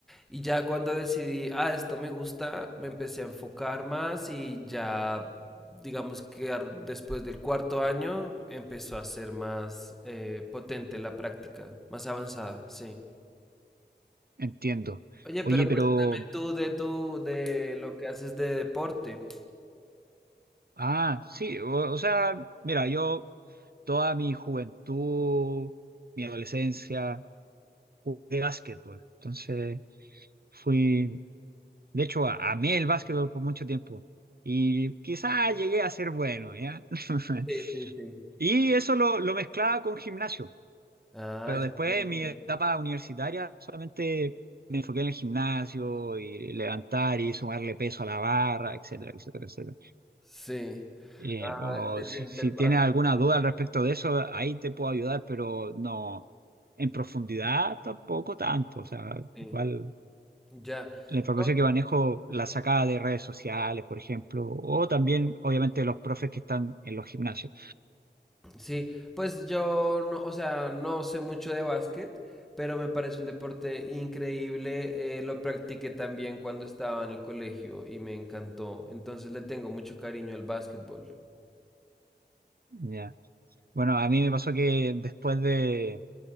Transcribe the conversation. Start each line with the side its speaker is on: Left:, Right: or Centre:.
Centre: y ya cuando decidí, ah, esto me gusta, me empecé a enfocar más y ya, digamos que ar- después del cuarto año empezó a ser más eh, potente la práctica, más avanzada, sí.
Right: Entiendo.
Centre: Oye,
Right: Oye,
Centre: pero
Right: pero,
Centre: cuéntame tú de tu, de lo que haces de deporte.
Right: ah, sí, o, o sea, mira, yo toda mi juventud, mi adolescencia, jugué básquetbol. Entonces, fui, de hecho, a- amé el básquetbol por mucho tiempo y quizás llegué a ser bueno, ¿ya? <laughs>
Centre: Sí, sí, sí.
Right: Y eso lo, lo mezclaba con gimnasio,
Centre: Ah,
Right: pero
Centre: excelente.
Right: después en mi etapa universitaria solamente me enfoqué en el gimnasio y levantar y sumarle peso a la barra, etcétera, etcétera, etcétera.
Centre: Sí.
Right: Eh,
Centre: Ah,
Right: o
Centre: excelente
Right: si, si
Centre: el básquet.
Right: tienes alguna duda al respecto de eso, ahí te puedo ayudar, pero no en profundidad tampoco tanto. O sea,
Centre: Sí.
Right: igual
Centre: Ya.
Right: la información
Centre: No,
Right: que manejo la sacaba de redes sociales, por ejemplo, o también obviamente los profes que están en los gimnasios.
Centre: Sí, pues yo no, o sea, no sé mucho de básquet, pero me parece un deporte increíble. eh, lo practiqué también cuando estaba en el colegio y me encantó. Entonces le tengo mucho cariño al básquetbol.
Right: Ya. Bueno, a mí me pasó que después de